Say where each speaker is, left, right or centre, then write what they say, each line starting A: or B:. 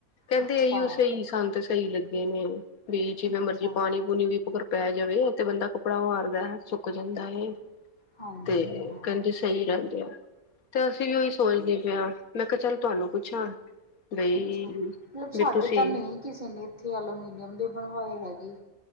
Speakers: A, on the left; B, on the left.
A: ਕੈਂਦੀ
B: ਅੱਛਾ।
A: ਏਯੋ ਸਈ ਸਾਨ ਤੇ ਸਈ ਲੱਗੇ ਨੇ ਬਈ ਜਿਵੇ
B: ਅੱਛਾ
A: ਮਰਜੀ ਪਾਣੀ ਪੂਨੀ ਵੀ <unintelligible> ਪੈ ਜਾਵੇ ਤੇ ਬੰਦਾ ਕੱਪੜਾ ਮਾਰਦੈ ਸੁੱਕ ਜੱਦਾ ਏ,
B: ਹਾਂਜੀ
A: ਤੇ
B: ਹਾਂ
A: ਕੈਂਦੇ ਸੱਈ ਰੈਂਦੇ ਆ ਤੇ ਅਸੀ ਵੀ ਓਈ ਸੋਚਨੇ ਪੇਆ ਮੈਂ ਕਯਾ ਚੱਲ ਤੁਆਨੂੰ ਪੁੱਛਾਂ ਬਈ
B: ਅੱਛਾ, ਮਤਲਬ ਸਾਡੇ
A: ਵੀ ਤੁਸੀਂ
B: ਤਾ ਨਈ ਕਿਸੇ ਨੇ ਇੱਥੇ ਐਲੋਮੀਨੀਅਮ ਦੇ ਬਣਵਾਏ ਹੈਗੇ।